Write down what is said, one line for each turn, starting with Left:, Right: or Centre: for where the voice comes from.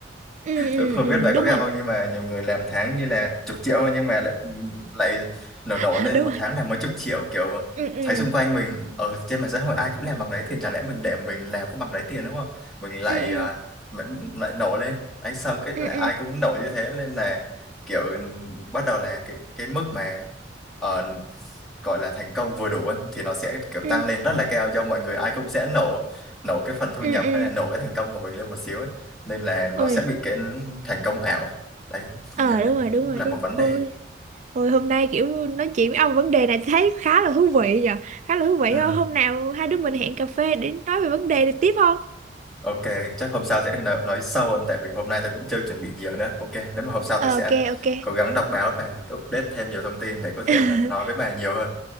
Right: ừ ừ
Centre: Tôi không
Right: ừ,
Centre: biết bạn
Right: đúng
Centre: có gặp
Right: rồi
Centre: không nhưng mà nhiều người làm tháng như là chục triệu thôi nhưng mà lại lại nổ
Right: <laughs>
Centre: nổ lên
Right: đúng
Centre: một
Right: rồi
Centre: tháng là mấy chục triệu kiểu
Right: ừ ừ
Centre: thấy xung quanh mình ở trên mạng xã hội ai cũng làm bằng đấy tiền chả lẽ mình để mình làm có bằng đấy tiền đúng không mình lại
Right: ừ ừ
Centre: à, lại, lại nổ lên ấy xong cái
Right: ừ
Centre: là ai
Right: ừ
Centre: cũng nổ như thế nên là kiểu bắt đầu là cái cái mức mà ờ, gọi là thành công vừa đủ ấy, thì nó sẽ kiểu
Right: ừ
Centre: tăng lên rất là cao do mọi người ai cũng sẽ nổ nổ cái phần thu
Right: ừ
Centre: nhập
Right: ừ
Centre: hay là nổ cái thành công của mình lên một xíu ấy nên là nó
Right: ôi
Centre: sẽ bị cái thành công ảo ấy. đấy liệu
Right: ờ
Centre: đây
Right: đúng rồi
Centre: cũng
Right: đúng rồi
Centre: là
Right: đúng
Centre: một
Right: rồi
Centre: vấn đề
Right: Ôi, Thôi hôm nay kiểu nói chuyện với ông vấn đề này thấy khá là thú vị nhờ Khá là thú vị
Centre: ừ.
Right: Hôm nào hai đứa mình hẹn cà phê để nói về vấn đề này tiếp không?
Centre: ok chắc hôm sau sẽ nói, nói sâu hơn tại vì hôm nay tôi cũng chưa chuẩn bị nhiều nữa ok nếu mà hôm sau
Right: Ờ,
Centre: tôi sẽ
Right: ok ok.
Centre: cố gắng đọc báo và tôi update thêm nhiều thông tin để có
Right: <laughs>
Centre: thể mà nói với bà nhiều hơn